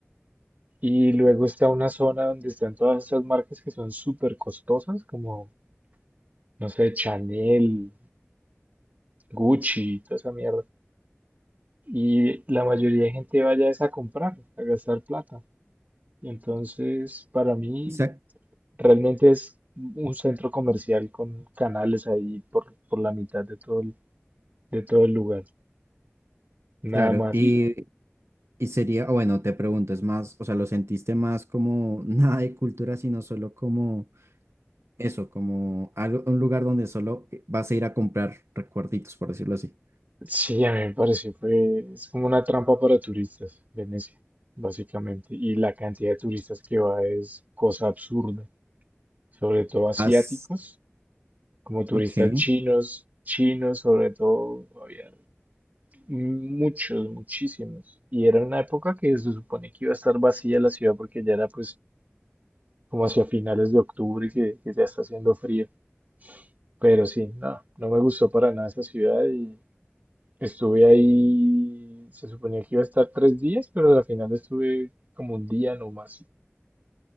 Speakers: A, on the right (about 35°); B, on the right (about 75°).
A: Y luego está una zona donde están todas estas marcas que son súper costosas, como, no sé, Chanel, Gucci, toda esa mierda. Y la mayoría de gente vaya es a comprar, a gastar plata. Y entonces, para mí,
B: O sea,
A: Realmente es un centro comercial con canales ahí por, por la mitad de todo el, de todo el lugar. Nada
B: claro,
A: más.
B: y,
A: Y
B: y sería, o bueno, te pregunto, es más, o sea, lo sentiste más como nada de cultura, sino solo como eso, como algo, un lugar donde solo vas a ir a comprar recuerditos, por decirlo así.
A: sí, a mí me pareció, fue, es como una trampa para turistas, Venecia, básicamente. Y la cantidad de turistas que va es cosa absurda, sobre todo asiáticos,
B: Has,
A: como turistas
B: ok,
A: chinos, chinos, sobre todo, había muchos, muchísimos. Y era una época que se supone que iba a estar vacía la ciudad porque ya era pues como hacia finales de octubre que, que ya está haciendo frío. Pero sí, no, no me gustó para nada esa ciudad y estuve ahí, se suponía que iba a estar tres días, pero al final estuve como un día nomás